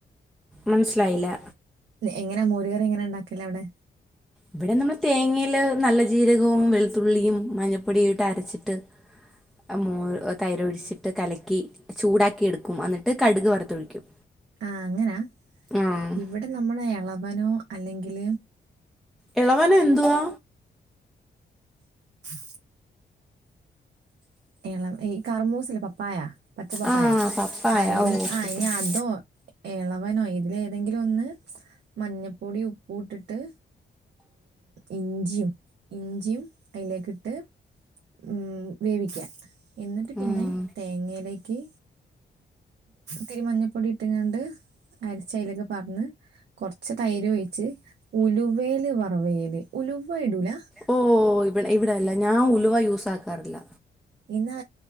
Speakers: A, in the centre; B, on the right.
A: മനസ്സിലായില്ല
B: എങ്ങനെയാ മോരുകറി എങ്ങനെ ഉണ്ടാക്കില്ലേ അവിടെ
A: ഇവിടെ നമ്മൾ തേങ്ങൽ നല്ല ജീരകവും വെളുത്തുള്ളിയും മഞ്ഞപ്പൊടിയും ഇട്ട് അരച്ചിട്ട് മ തൈര ഒഴിച്ചിട്ട് കലക്കി ചൂടാക്കിയ എടുക്കും എന്നിട്ട് കടുക് വറുത്തൊഴിക്കും
B: ആ അങ്ങനാ
A: ആ
B: ഇവിടെ നമ്മള ഇളവനോ അല്ലെങ്കിൽ
A: ഇളവന എന്തുവാ
B: ആ എളം ഈ കറമൂസല്ലെ പപ്പായാ പച്ചപ്പപ്പായ
A: ആ പപ്പായ
B: ആ ഇനി
A: ഓ ഓക്കെ
B: ആ
A: ഓക്കെ
B: ഇനി അതോ എളവനോ ഇതിലേതെങ്കിലും ഒന്ന് മഞ്ഞപ്പൊടി ഉപ്പ് ഇട്ടിട്ട് ഇഞ്ചിയും ഇഞ്ചിയും അതിലേക്ക ഇട്ട് ഉം വേവിക്ക എന്നിട്ട് പിന്നെ
A: ഉം.
B: തേങ്ങയിലേക്ക് തിരുമഞ്ഞപ്പൊടി ഇട്ടങ്ങാണ്ട് അരിച്ചലൊക്കെ പറന്ന് കുറച്ച് തൈര് ഒഴിച്ച് ഉലുവേൽ വറവേൽ ഉലുവ ഇടൂല
A: ഓ ഇവിടെ ഇവിടെല്ല ഞാൻ ഉലുവ യൂസ ആാക്കാറില്ല
B: പിന്നാ